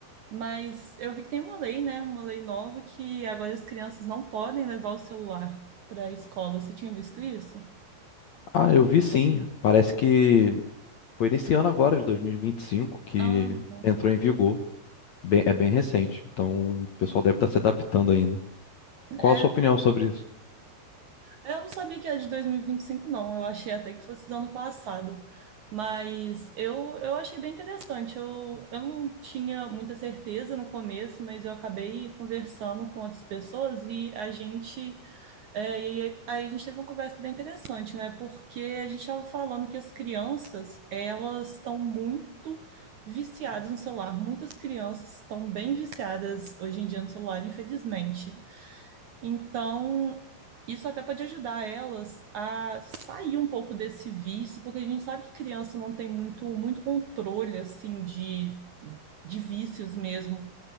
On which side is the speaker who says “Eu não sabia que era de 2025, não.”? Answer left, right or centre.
Right